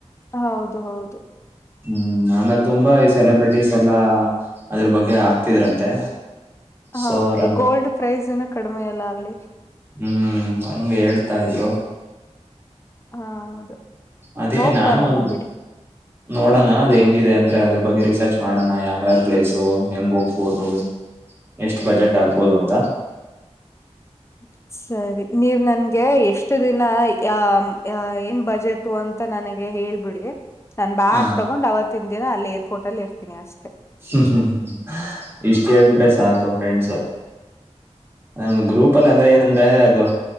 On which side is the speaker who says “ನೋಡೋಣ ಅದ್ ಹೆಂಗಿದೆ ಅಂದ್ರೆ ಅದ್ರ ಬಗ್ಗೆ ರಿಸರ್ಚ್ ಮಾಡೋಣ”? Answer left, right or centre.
Right